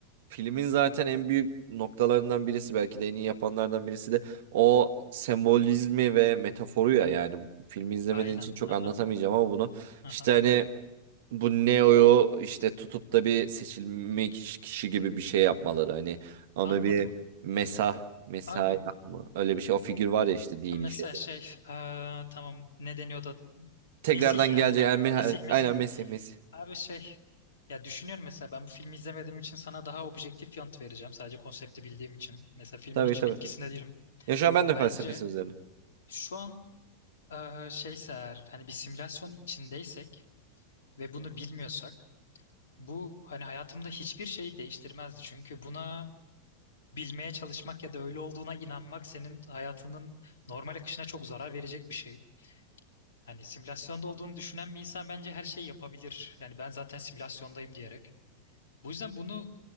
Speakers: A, on the right (about 55°); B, on the left (about 65°).
A: filmin zaten en büyük noktalarından birisi belki de en iyi yapanlardan birisi de o sembolizmi ve metaforu ya yani filmi izlemediğin
B: Aynen.
A: için çok
B: Aha.
A: anlatamayacağım ama bunu
B: Aha.
A: işte hani bu Neo'yu işte tutup da bir seçilmiş kişi gibi bir şey yapmaları hani ona
B: Anladım.
A: bir Mesah Mesayah
B: Abi
A: mı öyle bir şey o figür var ya işte dini
B: Ha, Mesela
A: şeyde.
B: şey eee, tamam ne deniyordu?
A: Tekrardan
B: Mesih ya.
A: gelecek
B: Hah,
A: yani Me-
B: Mesih Mesih.
A: aynen Mesih Mesih.
B: Abi şey ya düşünüyorum mesela ben bu filmi izlemediğim için sana daha objektif yanıt vereceğim. Sadece konsepti bildiğim için. Mesela filmin
A: Tabii
B: hiç
A: tabii.
B: etkisinde değilim.
A: Ya şu an ben de
B: Bence
A: felsefesi üzerine.
B: şu an eee, şeyse eğer hani bir simülasyon içindeysek ve bunu bilmiyorsak bu hani hayatımda hiçbir şey değiştirmezdi. Çünkü buna bilmeye çalışmak ya da öyle olduğuna inanmak senin hayatının normal akışına çok zarar verecek bir şey. Hani simülasyonda olduğunu düşünen bir insan bence her şeyi yapabilir. Yani ben zaten simülasyondayım diyerek. Bu yüzden bunu